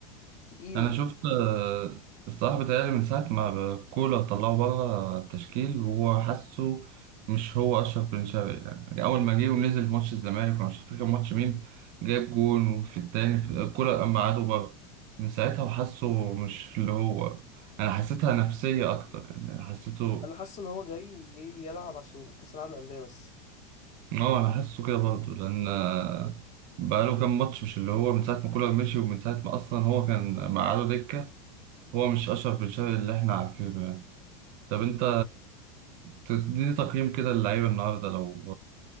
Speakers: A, on the left; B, on the right.
A: تقيل
B: انا شفت آه، الصراحه بيتهيألي من ساعه ما كولر طلعه بره التشكيل وهو حاسه مش هو اشرف بن شرقي يعني اول ما جه ونزل في ماتش الزمالك ومش فاكر كان ماتش مين جايب جون وفي التاني في كولر قام قعده بره من ساعتها وحاسه مش اللي هو انا حسيتها نفسيه اكتر يعني حسيته
A: أنا حاسس إن هو جاي إيه يلعب عشان كأس العالم للأندية بس
B: اه انا حاسه كده برضه لان آه، بقاله كام ماتش مش اللي هو من ساعه ما كولر مشي ومن ساعه ما اصلا هو كان مقعده دكه هو مش اشرف بن شرقي اللي احنا عارفينه طب انت تديني تقييم كده للعيبة النهاردة لو